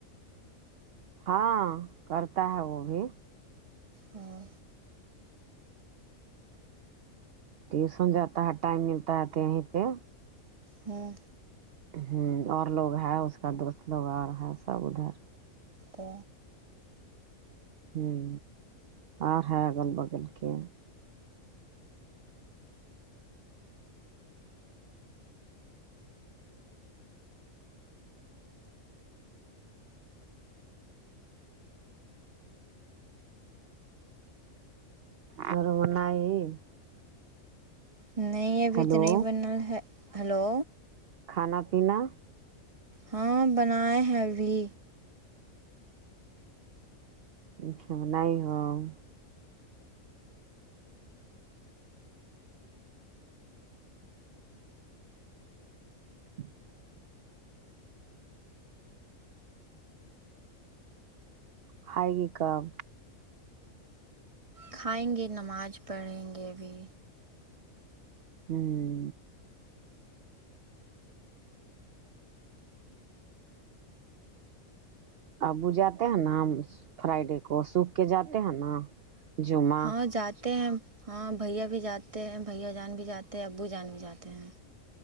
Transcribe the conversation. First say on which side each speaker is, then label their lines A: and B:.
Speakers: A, on the right; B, on the right.
A: ہاں کرتا ہے وہ بھی
B: ہاں
A: ٹیوسن جاتا ہے ٹائم ملتا ہے کہیں پہ
B: ہاں
A: ہ اور لوگ ہے اس کا دوست لوگ اور ہے سب ادھر
B: تو
A: ہوں آر ہے اگل بگل کے <unintelligible>
B: نہیں ابھی
A: ہیلو
B: تو نہیں بنا ہے ہلو
A: کھانا پینا
B: ہاں بنائے ہیں ابھی
A: <unintelligible> <unintelligible> کھائے گی کب
B: کھائیں گے نماز پڑھیں گے ابھی
A: ہوں ابو جاتے ہیں نا ہم فرائیڈے کو سوکھ کے جاتے ہیں نا جمعہ
B: ہاں جاتے ہیں ہاں بھیا بھی جاتے ہیں بھیا جان بھی جاتے ہیں ابو جان بھی جاتے ہیں